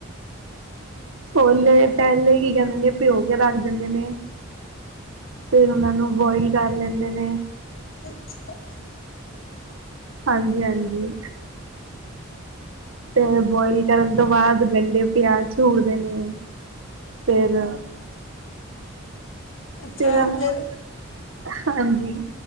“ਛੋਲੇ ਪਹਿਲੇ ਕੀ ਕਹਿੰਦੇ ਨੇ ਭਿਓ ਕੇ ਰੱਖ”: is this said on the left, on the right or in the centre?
Right